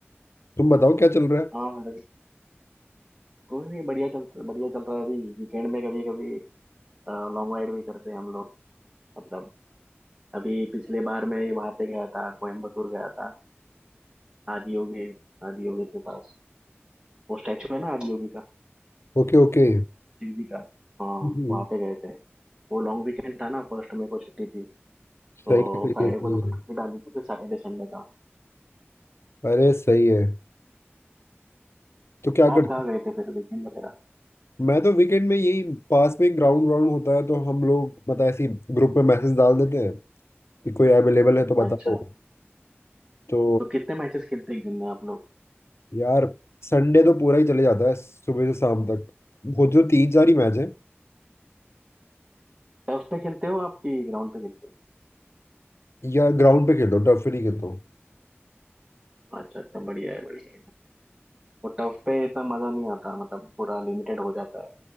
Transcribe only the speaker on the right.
हाँ अरे कोई नहीं बढ़िया चल बढ़िया चल रहा है अभी वीकेंड में कभी कभी लॉन्ग राइड भी करते हैं हम लोग मतलब अभी पिछले बार मैं वहां पे गया था कोयम्बतूर गया था आदियोगी आदियोगी के पास वो स्टैचू है ना आदियोगी का
शिव जी का हाँ
वहाँ पे गए थे वो लॉन्ग वीकेंड था ना फर्स्ट मेरे को छुट्टी थी तो
फ्राइडे
को तो छुट्टी
डाली थी फिर सैटरडे संडे था
आप
कहाँ गए थे फिर वीकेंड वगैरह
अच्छा
तो कितने मैचेस खेलते हैं एक दिन में आप लोग
टर्फ पे खेलते हो आपकी ग्राउंड पे खेलते हो
अच्छा अच्छा बढ़िया है बढ़िया है वो टर्फ पे इतना मजा नहीं आता मतलब पूरा लिमिटेड हो जाता है